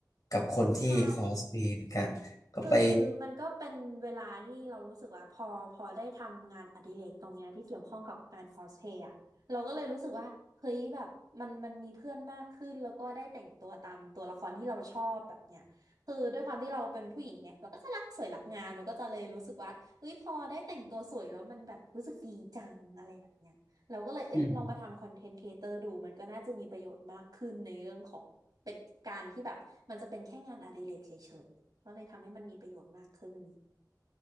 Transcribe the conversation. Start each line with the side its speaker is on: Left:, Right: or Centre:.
Left: กับคนที่คอสเพย์เหมือนกันก็ไป
Right: ใช่คือมันก็เป็นเวลาที่เรารู้สึกว่าพอพอได้ทำงานอดิเรกตรงเนี้ยที่เกี่ยวข้องกับการคอสเพลย์อะเราก็เลยรู้สึกว่าเฮ้ยแบบมันมันมีเพื่อนมากขึ้นแล้วก็ได้แต่งตัวตามตัวละครที่เราชอบแบบเนี้ยคือด้วยความที่เราเป็นผู้หญิงไงเราก็จะรักสวยรักงามเราก็จะเลยรู้สึกว่าเฮ้ยพอได้แต่งตัวสวยแล้วมันแบบรู้สึกดีจังอะไรแบบเนี้ย เราก็เลย เอ้ยลองมาทำคอนเทนต์ครีเอเตอร์ดู
Left: อืม
Right: มันก็น่าจะมีประโยชน์มากขึ้นในเรื่องของเป็นการที่แบบ มันจะเป็นแค่งานอดิเรกเฉยๆก็เลยทำให้มันมีประโยชน์มากขึ้น